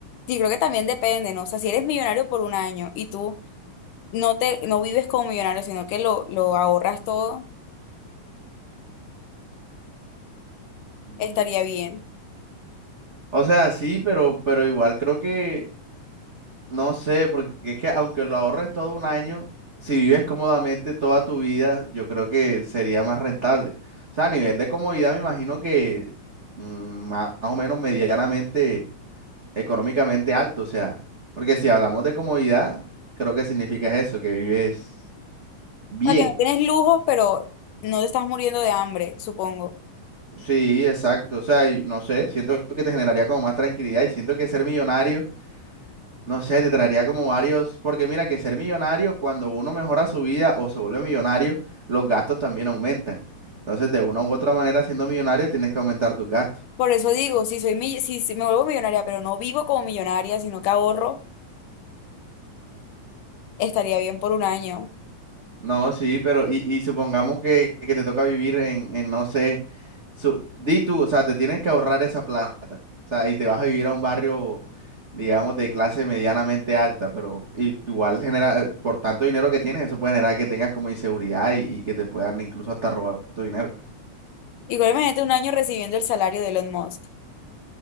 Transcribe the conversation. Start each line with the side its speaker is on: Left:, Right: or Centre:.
Left: sí, creo que también depende, ¿no? O sea, si eres millonario por un año y tú no te, no vives como millonario, sino que lo, lo ahorras todo,
Right: Mm.
Left: estaría bien.
Right: O sea, sí, pero, pero igual creo que No sé, porque es que aunque lo ahorres todo un año, si vives cómodamente toda tu vida, yo creo que sería más rentable. O sea, a nivel de comodidad me imagino que mm, más o menos medianamente, económicamente alto. O sea, porque si hablamos de comodidad, creo que significa eso, que vives bien.
Left: O sea, que no tienes lujos, pero no te estás muriendo de hambre, supongo.
Right: Sí, exacto. O sea, y no sé, siento que te generaría como más tranquilidad y siento que ser millonario No sé, te traería como varios, porque mira que ser millonario, cuando uno mejora su vida o se vuelve millonario, los gastos también aumentan. Entonces, de una u otra manera, siendo millonario, tienes que aumentar tus gastos.
Left: Por eso digo, si soy mi- si si me vuelvo millonaria, pero no vivo como millonaria, sino que ahorro, estaría bien por un año.
Right: No, sí, pero y, y supongamos que, que te toca vivir en, en, no sé, su- di tú, o sea, te tienes que ahorrar esa plata. O sea, y te vas a vivir a un barrio, digamos, de clase medianamente alta, pero i- igual genera, eh, por tanto dinero que tienes, eso puede generar que tengas como inseguridad y, y que te puedan incluso hasta robar tu dinero.
Left: Igual imagínate un año recibiendo el salario de Elon Musk.